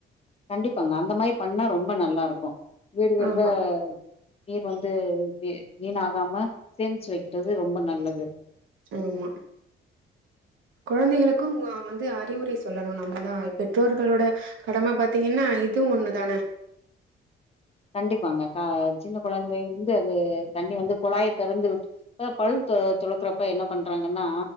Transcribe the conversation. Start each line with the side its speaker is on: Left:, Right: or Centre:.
Left: கண்டிப்பாங்க அந்த மாரி பண்ணா ரொம்ப நல்லாருக்கு வீடுகள்ல
Right: ஆமா
Left: நீர் வந்து வீணாகாம சேமிச்சு வக்கிறது ரொம்ப நல்லது
Right: சொ மா கொழந்தைகளுக்கும் நாம் வந்து அறிவுரை சொல்லணு நம்மதா பெற்றோர்களோட கடம பாத்தீங்கன்னா இதுவு ஒன்னுதான
Left: கண்டிப்பாங்க க சின்ன கொழந்தையிருந்து அது தண்ணி வந்து குழாய திறந்து விட் இப்ப பல் தொ துளக்கறப்ப என்ன பண்றாங்கன்னா